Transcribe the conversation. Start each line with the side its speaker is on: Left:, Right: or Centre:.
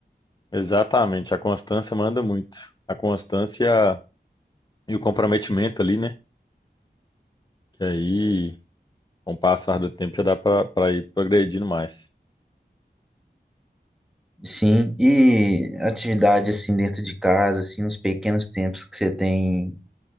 Left: exatamente. A constância manda muito. A constância e o comprometimento ali, né? Que aí Com o passar do tempo já dá para ir progredindo mais.
Centre: Sim, e atividade assim dentro de casa, assim, nos pequenos tempos que você tem,